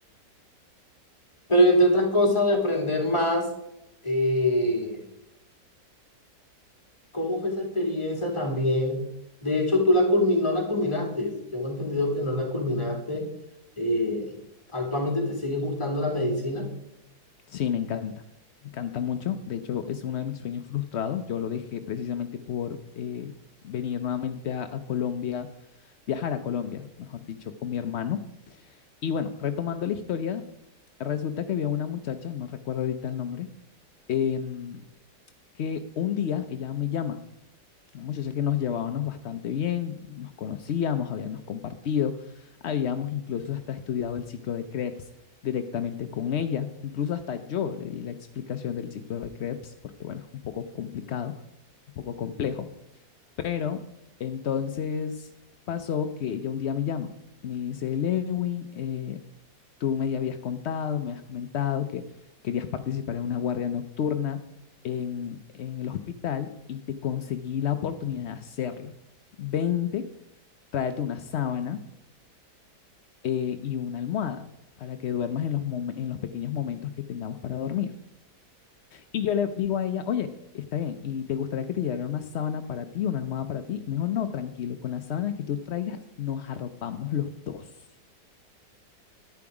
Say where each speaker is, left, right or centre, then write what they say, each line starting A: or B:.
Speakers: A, on the left (about 15°); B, on the left (about 65°).
A: Pero entre otras cosas, de aprender más. eh, ¿Cómo fue esa experiencia también? De hecho, tú la culmin- no la culminaste. Tengo entendido que no la culminaste. Eh, ¿actualmente te sigue gustando la medicina?
B: Sí, me encanta, me encanta mucho. De hecho, es uno de mis sueños frustrados. Yo lo dejé precisamente por eh, venir nuevamente a, a Colombia, viajar a Colombia, mejor dicho, con mi hermano Y bueno, retomando la historia, resulta que había una muchacha, no recuerdo ahorita el nombre, em, que un día ella me llama, una muchacha que nos llevábamos bastante bien, nos conocíamos, habíamos compartido, habíamos incluso hasta estudiado el ciclo de Krebs directamente con ella, incluso hasta yo le di la explicación del ciclo de Krebs, porque bueno, es un poco complicado, un poco complejo, pero entonces pasó que ella un día me llama y me dice, Lewin, eh, Tú me habías contado, me habías comentado que querías participar en una guardia nocturna en, en el hospital y te conseguí la oportunidad de hacerlo. Vente, tráete una sábana eh, y una almohada para que duermas en los, mom- en los pequeños momentos que tengamos para dormir. Y yo le digo a ella, oye, está bien, ¿y te gustaría que te llegara una sábana para ti, una almohada para ti? Y me dijo, no, tranquilo, con la sábana que tú traigas nos arropamos los dos.